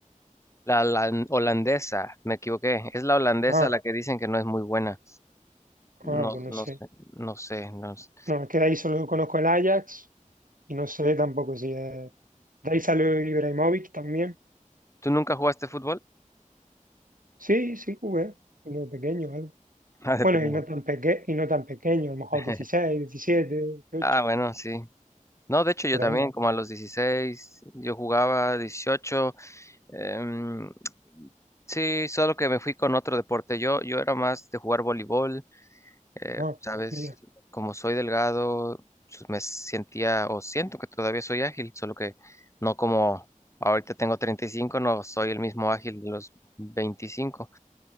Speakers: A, on the left; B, on the right.
A: la, la holandesa, me equivoqué. Es la holandesa
B: Ah,
A: la que dicen que no es muy buena.
B: ah,
A: No,
B: pues no sé.
A: no sé, no sé, no sé.
B: No, es que de ahí solo conozco el Ajax y no sé tampoco si es... De ahí salió Ibrahimovic también.
A: ¿Tú nunca jugaste fútbol? <laughs>
B: Sí, sí jugué, cuando pequeño algo.
A: Ah, de
B: Bueno,
A: pequeño.
B: y no tan peque y no tan pequeño, a lo mejor
A: <laughs>
B: 16, 17, 18,
A: Ah, bueno, sí. No, de hecho
B: por
A: yo también,
B: ahí.
A: como a los 16 yo jugaba dieciocho em, sí, solo que me fui con otro deporte. Yo, yo era más de jugar voleibol. eh,
B: Ah,
A: sabes,
B: mira,
A: como soy delgado, pues, me sentía o siento que todavía soy ágil, solo que no como ahorita tengo treinta y cinco no soy el mismo ágil de los 25.